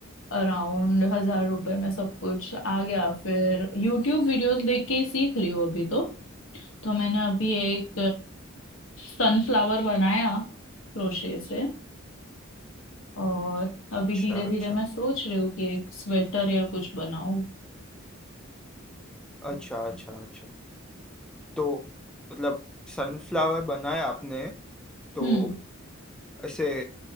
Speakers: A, on the left (about 70°); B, in the centre.
A: अराउंड हजार रुपए में सब कुछ आ गया फिर यूट्यूब वीडियोस देख के ही सीख रही हूँ अभी तो तो मैंने अभी एक सनफ्लावर बनाया क्रोशे से और अभी
B: अच्छा
A: धीरे धीरे
B: अच्छा
A: मैं सोच रही हूँ कि एक स्वेटर या कुछ बनाऊं
B: अच्छा अच्छा अच्छा तो मतलब सनफ्लावर बनाया आपने तो
A: हम्म
B: ऐसे